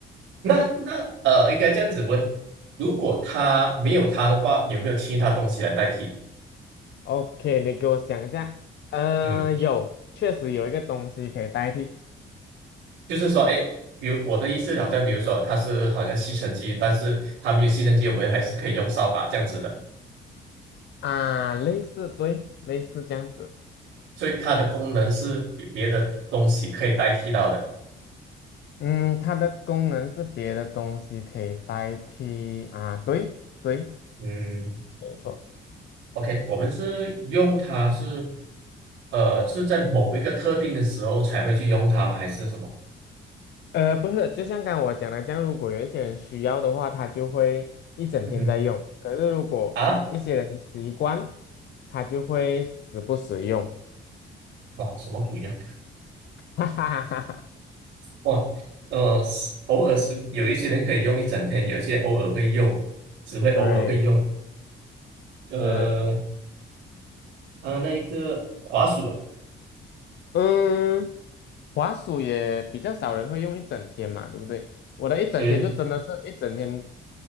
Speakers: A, on the right (about 85°); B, on the left (about 60°).
A: 那那呃，应该这样子问：如果它没有它的话，有没有其他东西来代替？
B: OK，你给我想一下，呃，
A: 嗯，
B: 有，确实有一个东西可以代替
A: 就是说，哎，比如我的意思，好像比如说它是好像吸尘机，但是它没有吸尘机，我们还是可以用扫把这样子的。
B: 啊，类似，对，类似这样子，
A: 所以它的功能是比别的东西可以代替到的。
B: 嗯，它的功能是别的东西可以代替啊，对对，
A: 嗯
B: 没错。
A: ，OK，我们是用它是呃是在某一个特定的时候才会去用它吗？还是什么？
B: 呃，不是，就像刚刚我讲的这样，如果有一些人需要的话，他就会一整天在用；
A: 嗯哼，
B: 可是如果一些人的习惯，
A: 啊，
B: 他就会时不时用。
A: 哇，什么鬼呀、
B: <laughs> 哈哈哈哈哈，
A: 哇，呃，是偶尔是有一些人可以用一整天，有一些偶尔会用，只会偶尔会用。
B: 对，是，
A: 呃，啊，那一个滑鼠啊，
B: 嗯，滑鼠也比较少人会用一整天嘛，对不对？我的一整天就真的是一整天，
A: 对，